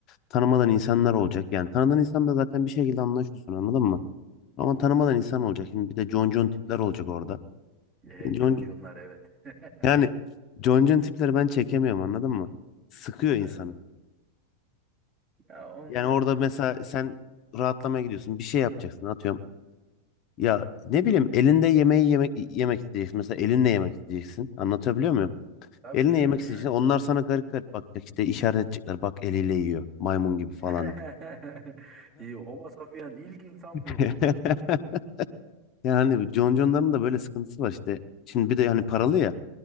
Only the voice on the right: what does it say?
E,
conconlar evet. <laughs>
Evet. Ya onlar
tabii
canım
yani.
<laughs> İyi, Homo sapien ilk insan
bu. <laughs>